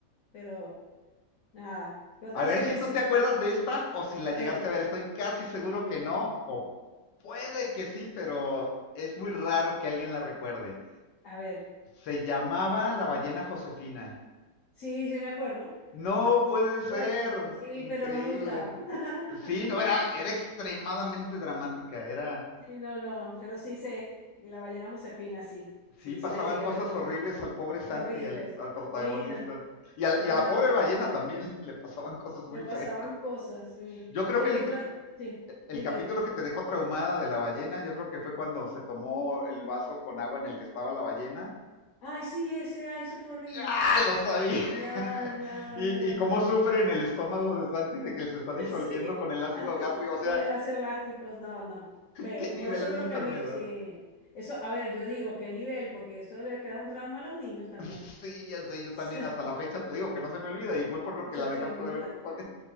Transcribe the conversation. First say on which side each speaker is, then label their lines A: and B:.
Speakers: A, on the left; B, on the left.
A: pero nada. ¿Qué otra
B: A ver
A: serie
B: si
A: así?
B: tú te acuerdas de esta
A: Ah,
B: o si la
A: A
B: llegaste
A: ver,
B: a ver. Estoy casi seguro que no, o puede que sí, pero es muy raro que alguien la recuerde.
A: a ver.
B: Se llamaba La ballena Josefina.
A: Sí, sí me acuerdo.
B: No
A: Sí
B: puede
A: me acuerdo.
B: ser,
A: Sí,
B: increíble.
A: pero no me gustaba. <laughs>
B: Sí, no, era, era extremadamente dramática, era...
A: Sí, no, no. Pero sí sé. Y la ballena Josefina, sí. Sí,
B: Sí, pasaban
A: sí la llegué
B: cosas
A: a ver.
B: horribles al pobre Santi,
A: Horribles.
B: al, al protagonista.
A: Sí, no,
B: Y, al-
A: sí,
B: y a la
A: no,
B: pobre
A: no.
B: ballena también <laughs> le pasaban cosas muy
A: Le pasaban
B: feas.
A: cosas, sí.
B: Yo creo
A: Oye,
B: que el,
A: otra, sí,
B: El
A: dime,
B: capítulo
A: dime.
B: que te dejó traumada de la ballena, yo creo que fue cuando se tomó el vaso con agua en el que estaba la ballena.
A: Ay, sí, ese, ay, eso fue horrible.
B: ¡Ya! Lo sabía.
A: No,
B: <laughs>
A: no,
B: y,
A: no,
B: y cómo
A: no.
B: sufre en el estómago de Santi de que se
A: <laughs>
B: está disolviendo
A: Sí,
B: con el ácido
A: antes
B: gástrico. O sea,
A: con el ácido gástrico, no, no, feo.
B: qué nivel
A: Por eso
B: de
A: creo
B: enfermedad.
A: que a mí sí. Eso, a ver, yo digo, ¿qué nivel? Porque eso le crea un trauma a los niños también.
B: <laughs> sí, ya sé, yo
A: <laughs>
B: también hasta la fecha te digo que no se me olvida y fue por lo
A: Se
B: que la dejaste
A: te olvida.
B: de ver tú también.